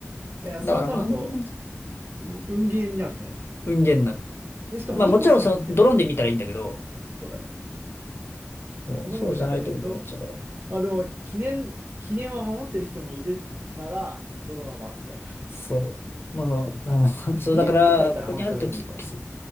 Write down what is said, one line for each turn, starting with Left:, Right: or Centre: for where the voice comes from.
Right: いや、そうなると、
Left: だからまあ、あんまり
Right: うん運ゲーになるね。
Left: 運ゲーになる。
Right: で、しかも2個しか持ってない。
Left: まあもちろんそのドローンで見たらいいんだけど、
Right: うん、そうだね。
Left: そうそうじゃないと運ゲーになっちゃうから。
Right: ドローンで見たらいいけど、まあでも、記念、記念は守ってる人もいるなら、ドローンは回せないか。
Left: そう。まあ、あの <laughs> そうだから、
Right: ミュートとかいたら本当に無理だね。
Left: ここにあると結構きつい。